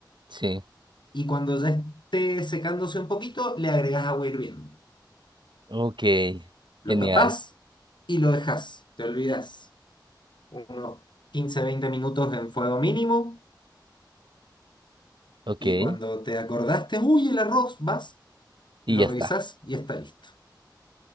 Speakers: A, on the right; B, on the left.
A: sí.
B: Y cuando ya esté secándose un poquito, le agregas agua hirviendo.
A: Ok,
B: Lo
A: genial.
B: tapás y lo dejas, te olvidas unos 15 20 minutos en fuego mínimo.
A: Ok,
B: Y
A: y
B: cuando te acordaste, uy, el arroz, vas,
A: ya
B: lo revisás
A: está.
B: y está listo.